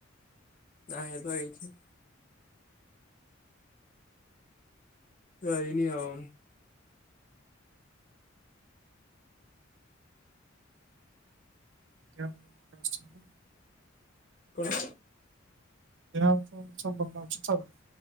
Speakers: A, on the left; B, on the right.
A: ନା ହେଇପା ଏଇଠି। ତ ହେଇନି ଆମ୍।
B: ଯା <unintelligible>
A: କଣ?
B: ଦେହ ହାତ ସବୁ ଭଲ ଅଛି ତୋର?